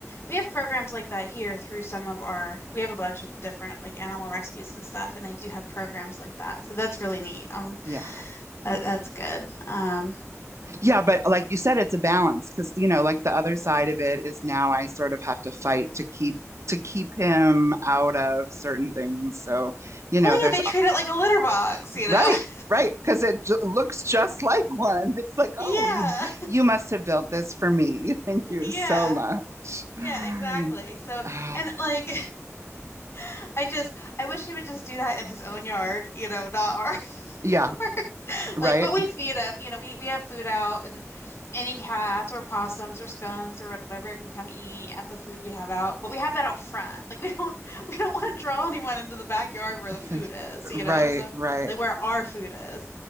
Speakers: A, on the left; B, on the right.
A: we have programs like that here through some of our we have a bunch of different like animal rescues and stuff and they do have programs like that. So that's really neat. Um
B: yeah.
A: that that's good. Um
B: Yeah, but like you said, it's a balance because you know, like the other side of it is now I sort of have to fight to keep to keep him out of certain things. So, you know,
A: Well,
B: there's
A: yeah, they treat it like a litter box, you
B: right,
A: know? <laughs>
B: right, because it j looks just <laughs> like one. It's like,
A: Yeah,
B: oh, you you must have built this for me. <laughs> Thank you
A: yeah,
B: so much.
A: yeah,
B: <sighs>
A: exactly. So,
B: Ah,
A: and like, <laughs> I just, I wish he would just do that in his own yard, you know, not our <laughs>
B: yeah,
A: yard.
B: right,
A: Like, but we feed him, you know, we we have food out, and any cats or possums or skunks or whatever can come eat at the food we have out. But we have that out front. Like, we don't, <laughs> we don't want to draw anyone into the backyard where
B: <laughs>
A: the food is,
B: right,
A: you know? So,
B: right.
A: like, where our food is.